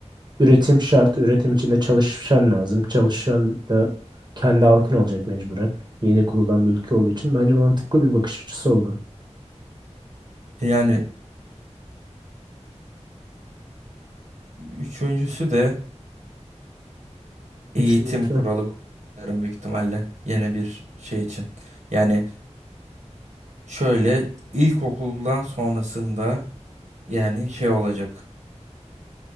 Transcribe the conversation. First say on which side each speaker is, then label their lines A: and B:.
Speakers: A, on the right; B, on the right.
A: üretim şart. Üretim içinde çalışan lazım. Çalışan da kendi halkın olacak mecburen. Yeni kurulan bir ülke olduğu için bence mantıklı bir bakış açısı oldu.
B: E, Yani üçüncüsü de eğitim
A: üçüncü
B: kuralı koyarım büyük ihtimalle yine bir şey için. Yani şöyle ilkokuldan sonrasında yani şey olacak.